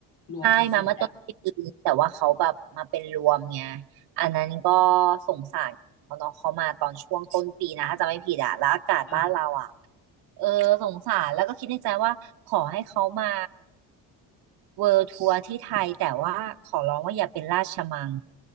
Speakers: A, on the left; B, on the right.
A: รวมคอนเสิร์ตอะ
B: ใช่มาเมื่อต้นปีแต่ว่าเขาแบบมาเป็นรวมไงอันนั้นก็สงสารเขาเนาะเขามาตอนช่วงต้นปีนะถ้าจำไม่ผิดอะแล้วอากาศบ้านเราอะ
A: อ่า
B: เออสงสารแล้วก็คิดในใจว่าขอให้เขามาเวิลด์ทัวร์ที่ไทยแต่ว่าขอร้องว่าอย่าเป็นราชมัง